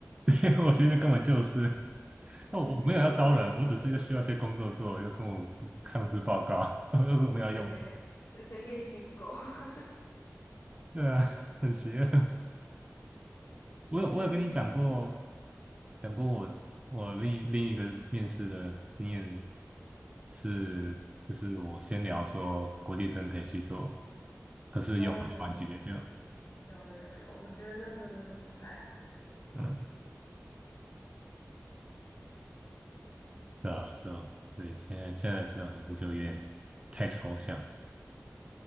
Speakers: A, on the right; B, on the left.
A: <laughs> 我觉得根本就是。那我我没有要招人，
B: <laughs> 你变成他 KPI，
A: 我只是要需要一些工作做，要跟我上司报告，<laughs> 然后就说我们要用，
B: 对，呃可能业绩不够。<laughs>
A: 对啊，很邪恶。我有我有跟你讲过，
B: 对呀，
A: 讲过我我另一另一个面试的经验是，就是我先聊说国际生可以去做，可是用我就把你拒绝掉，
B: 哦，有有有有，我觉得那真的是不太好。
A: 嗯，对啊，所以所以现在现在这种环境就有点太抽象，